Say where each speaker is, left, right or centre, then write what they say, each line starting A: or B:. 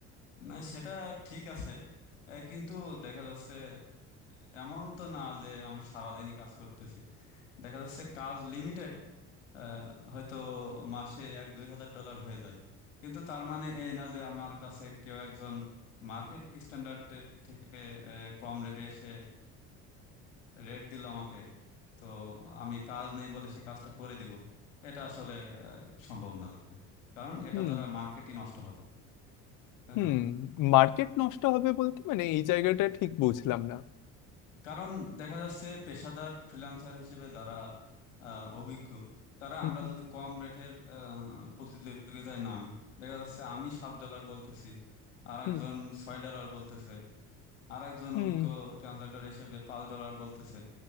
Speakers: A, on the left; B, on the left.
A: না সেটা ঠিক আছে এ, কিন্তু দেখা যাচ্ছে এমন তো না যে আমি সারাদিনই কাজ করতেছি দেখা যাচ্ছে কাজ লিমিটেড আহ, হয়তো মাসে এক দুই হাজার ডলার হয়ে যায় কিন্তু তার মানে এই না যে আমার কাছে কেউ একজন মার্কেট স্ট্যান্ডার্ডের থেকে আহ, কম রেটে এসে রেট দিল আমাকে তো আমি কাজ নেই বলে সে কাজটা করে দিব এটা আসলে আহ, সম্ভব না কারণ এটা
B: হুম
A: দ্বারা মার্কেটই নষ্ট হবে তাই
B: হুম
A: না
B: মার্কেট নষ্ট হবে বলতে মানে এই জায়গাটা ঠিক বুঝলাম না
A: কারণ দেখা যাচ্ছে পেশাদার ফ্রিল্যান্সার হিসেবে যারা আহ, অভিজ্ঞ তারা আমরা
B: হুম
A: যদি কম রেটের প্রতিযোগিতায় নামি দেখা যাচ্ছে আমি সাত ডলার বলতেছি আর
B: হুম
A: একজন ছয় ডলার বলতেছে আর একজন
B: হুম
A: অভিজ্ঞ ট্রান্সলেটর হিসেবে পাঁচ ডলার বলতেছে